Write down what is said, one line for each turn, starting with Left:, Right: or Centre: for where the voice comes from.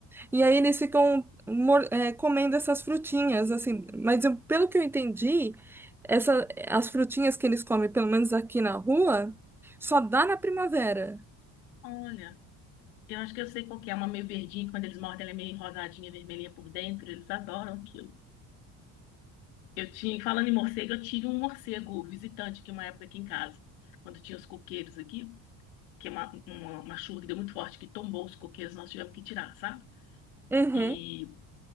Centre: E aí eles ficam mor- eh, comendo essas frutinhas, assim. Mas eu- pelo que eu entendi, essa, as frutinhas que eles comem, pelo menos aqui na rua, só dá na primavera.
Left: Olha, eu acho que eu sei qual que é. Uma meio verdinha, que quando eles mordem, ela é meio rosadinha, vermelhinha por dentro. Eles adoram aquilo. Eu tinha, falando em morcego, eu tive um morcego visitante aqui uma época aqui em casa. Quando tinha os coqueiros aqui, que é uma, uma, uma chuva que deu muito forte, que tombou os coqueiros, nós tivemos que tirar, sabe?
Centre: Uhum.
Left: E